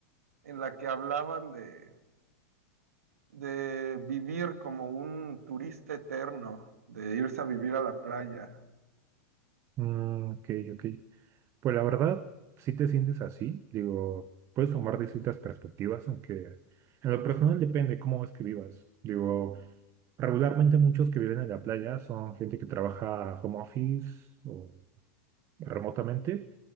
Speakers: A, on the right; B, on the right.
A: en la que hablaban de, de vivir como un turista eterno, de irse a vivir a la playa.
B: Mm, ok, ok. Pues la verdad, si te sientes así, digo, puedes tomar distintas perspectivas, aunque en lo personal depende cómo es que vivas. Digo, regularmente muchos que viven en la playa son gente que trabaja home office o remotamente